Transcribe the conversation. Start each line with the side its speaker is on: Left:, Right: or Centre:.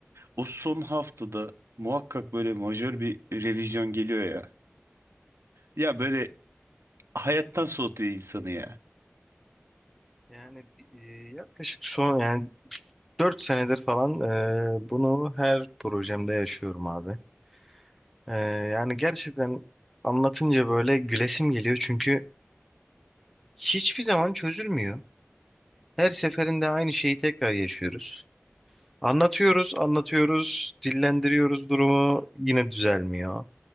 Right: o son haftada muhakkak böyle majör bir revizyon geliyor ya. Ya böyle hayattan soğutuyor insanı ya.
Centre: Yani e, yaklaşık son yani 4 senedir falan e, bunu her projemde yaşıyorum abi. E, yani gerçekten anlatınca böyle gülesim geliyor çünkü hiçbir zaman çözülmüyor. Her seferinde aynı şeyi tekrar yaşıyoruz. Anlatıyoruz, anlatıyoruz, dillendiriyoruz durumu yine düzelmiyor.